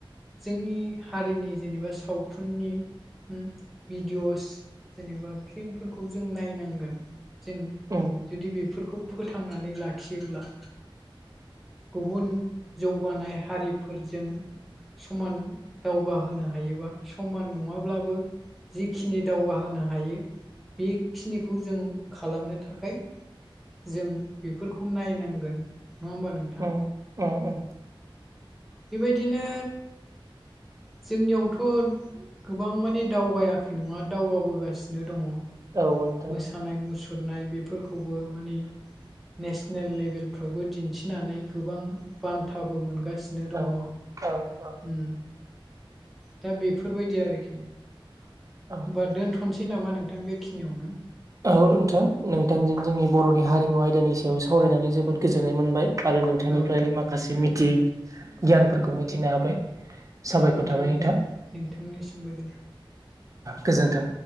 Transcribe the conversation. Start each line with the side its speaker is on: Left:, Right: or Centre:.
Centre: जोंनि हारिनि जेनेबा सावथुननि भिडिअस जेनेबा फिल्मफोरखौ जों नायनांगोन जों
Right: औ
Centre: जुदि बेफोरखौ फोथांनानै लाखियोब्ला गुबुन जौगानाय हारिफोरजों समान दावगाहोनो हायोबा समान नङाब्लाबो जिखिनि दावगाहोनो हायो बेखिनिखौ जों खालामनो थाखाय जों बेफोरखौ नायनांगोन नङा होमबा नोंथ
Right: अ अ अ
Centre: बेबायदिनो जोंनियावथ' गोबां माने दावगायाखै नङा दावगाबोगासिनो दङ।
Right: औ नोंथां
Centre: मोसानाय मुसुरनाय बेफोरखौबो माने नेसनेल लेभेल फावबो दिन्थिनानै गोबां बान्थाबो मोनगासिनो नो दङ
Right: औ
Centre: उम
Right: औ औ
Centre: दा बेफोरबायदि आरोखि होनबा
Right: औ
Centre: दोनथ' खननोसै नामा नोंथां बेखिनियावनो
Right: औ नोंथां नोंथांजों जोंनि बर'नि हारिमु आयदानि सायाव सावरायनानै जोबोद गोजोननाय मोनबाय। आरो नोंथांनिफ्राय
Centre: औ
Right: माखासे मिथियै गियानफोरखौ मिथिनो हाबाय। साबायखर
Centre: नोंथांनि
Right: थाबाय नोंथां
Centre: नोंथांनिसिमबो दे।
Right: गोजोन्थों